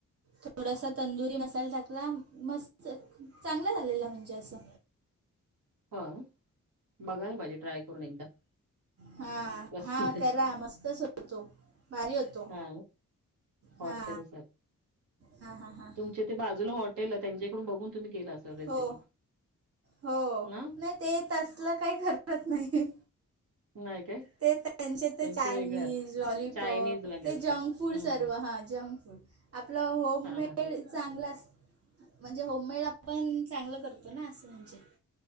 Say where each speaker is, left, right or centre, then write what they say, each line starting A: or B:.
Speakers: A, on the right (about 45°); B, on the right (about 75°).
A: थोडासा तंदुरी मसाला टाकला मस्त चांगला झालेला म्हणजे असं.
B: ह बघायला पाहिजे ट्राय करून एकदा
A: हा,
B: कसं
A: हा करा मस्तच होतो भारी होतो
B: हा हॉटेल
A: हा हा हा हा.
B: तुमचे ते बाजूला हॉटेल आहे त्यांच्याकडून बघून तुम्ही केल असेल तुम्ही रेसिपी
A: हो हो
B: ना
A: नाही ते तसलं काही करवत नाही
B: नाही काय
A: ते त्यांचे तर
B: त्यांचं
A: चायनीज
B: वेगळं असतं
A: लॉलिपॉप
B: चायनीजवाले
A: ते
B: असतात
A: जंकफूड
B: हं,
A: सर्व
B: हं.
A: हा जंकफूड आपलं होममेड
B: हां, हां, हां.
A: चांगलं अस म्हणजे होममेड आपण चांगलं करतो ना असं म्हणजे